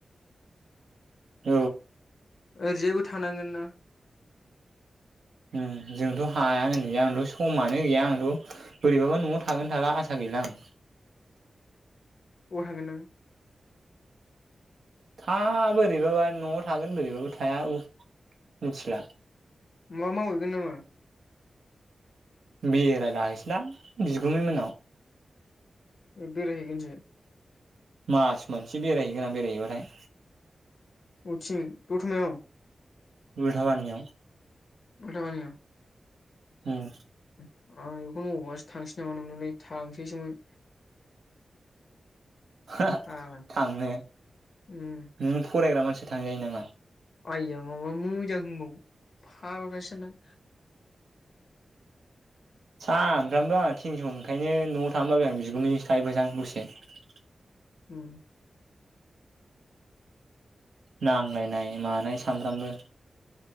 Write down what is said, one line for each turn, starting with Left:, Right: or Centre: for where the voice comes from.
Right: <unintelligible>
Left: ओरजायबो थानांगोन ना
Right: उभ जोंथ' <inaudible> समानो गैया आंथ' बोरैबाथ न'आव थागोन थाला आसा गैया बिलां
Left: हबाव थांगोन नों
Right: था बोरैबाबा न'आव थागोन बोरैबाबो थाया मिथिला
Left: मा मावहैगोन नाङो
Right: बेरायलाहैसैला बिगुमै मोननाव
Left: बेराय हैैगनोसो
Right: मास मोनसे बेरायहैगोन आं बेरायहैबाथाय
Left: उथिं दथमायाव
Right: उलथाबानियाव
Left: उलथाबानियाव
Right: उम
Left: आं बेखौनो अबावबासो थांसै नामा नंदोंलै थांसैसोमोन
Right: हा-हा
Left: फाग्ला
Right: थांनो
Left: उम
Right: नोङ फरायग्रा मानसिया थांजायो नामा
Left: आइआ माबा मोजां होनबावो फाग्फा सानदों
Right: सानफ्रामबो आं थिनस'न ओंखायनो न'आव थानो बाबाय आं बिगुमैजोंंसो थाहैफासै आं दसे <unintelligible> <inaudible>
Left: हम
Right: नांलायनाय मानाय सामफ्रामबो